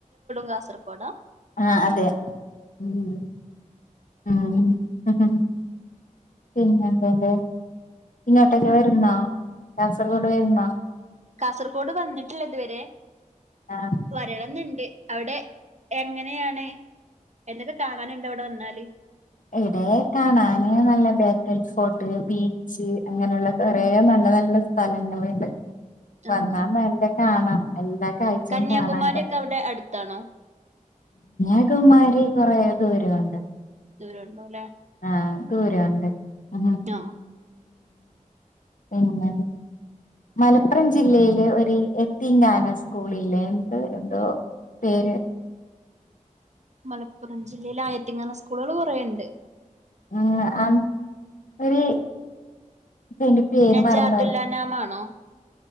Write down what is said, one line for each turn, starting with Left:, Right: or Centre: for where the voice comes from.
Right: കാസർഗോട
Left: ആഹ് അതെ മ് ഉം ഹ് ഹ് പിന്നെ എന്തോണ്ട് ഇങ്ങോട്ടേക്ക് വരുന്നൊ കാസർഗോഡ് വരുന്നൊ
Right: കാസർഗോഡ് വന്നിട്ടില്ല ഇതുവരെ
Left: ആ
Right: വരടുന്നുുണ്ട് അവിടെ എങ്ങനെയാണ് എന്തൊക്കെ കാണാനുണ്ട് അവിടെ വന്നാല്
Left: ഇവിടെ കാണാന് നല്ല ബേക്കൽ ഫോർട്ട് ബീച്ച് അങ്ങനെയുള്ള കുറേ
Right: ഉം
Left: നല്ല നല്ല നല്ല സ്ഥലങ്ങളണ്ട് വന്നാ
Right: ആഹ് ആഹ്
Left: നല്ല കാണാം എല്ല കാഴ്ചയും
Right: കന്യാകുമാരി
Left: കാണറ
Right: ഒക്കെ അവിടെ അടുത്താണോ
Left: അമാരി <unintelligible> കൊറെേ ദൂരമുണ്ട്
Right: ദം ഉണ്ടോല്ലേ
Left: ആ ദൂരുണ്ട് ഉ
Right: ആഹ്
Left: പിന്ന മലപ്പുറം ജില്ലയിലെ ഒരു എത്തിങ്കാന സ്കൂള ഇില്ലന്ത് എന്തോ പേര്
Right: മലപ്പുറം ജില്ലയിൽ ആയിത്തിങ്ങാന <unintelligible> സ്കൂളുകൾ കുറെയണ്ട്
Left: ഉ ആ ഒരു അ എന്റെ പേര്
Right: നജാത്തുല്ലാനാമാണോ
Left: മറന്നായി